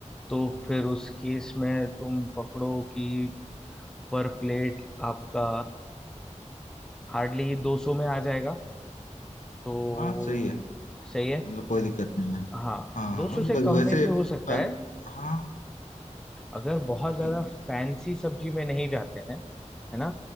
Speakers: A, in the centre; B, on the left.
A: तो फिर उस केस में तुम पकड़ो कि पर प्लेट आपका हार्डली 200 में आ जाएगा तो
B: हाँ सही है
A: सही
B: मतलब
A: है
B: कोई दिक्कत नहीं है
A: हाँ
B: हाँ
A: 200
B: हाँ हाँ, ब-
A: से कम
B: वैसे
A: में भी हो सकता
B: अ,
A: है
B: हाँ
A: अगर बहुत
B: ठीक
A: ज्यादा
B: है
A: फैंसी सब्जी में नहीं जाते हैं है ना